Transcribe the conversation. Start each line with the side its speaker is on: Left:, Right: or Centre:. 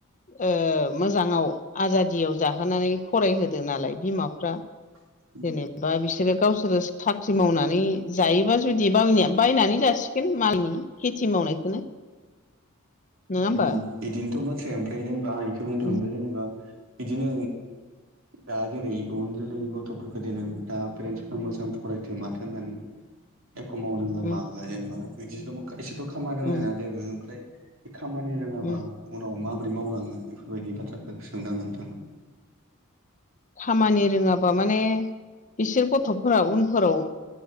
Left: ओ मोजाङाव आजादियाव जाहोनानै फरायहोदों नालाय बिमाफ्रा
Right: <inaudible>
Left: जेनेबा बिसोरो गावसोरो साख्रि मावनानै जायोबा जुदि बावनिया बायनानै जासिगोन मालनि खेथि मावनायखौनो नङा होमबा?
Right: उम इदिनोथ' ओमफ्राय जेनेबा आं इखौ बुंनो थांदों
Left: उम
Right: जेनेबा बिदिनो दा जेरै इयुन जोलै गथ'फोरखौ जे नों दा पेरेन्टसफ्रा मोजां फरायथो माथो होननानै एख' मावनो होआ
Left: उम
Right: मा होआ जेनेबा बिदिजोंबो खाय सेथ' खामानि रोंनाय
Left: उम
Right: ना जेबो ओमफ्राय बे खामानि रोङाबा
Left: उम
Right: उनाव मा माबोरै मावलांगोन बेफोरबायदि बाथ्राखौ सोंदां नोंथांनाव।
Left: खामानि रोङाबा माने बिसोर गथ'फोरा उनफोराव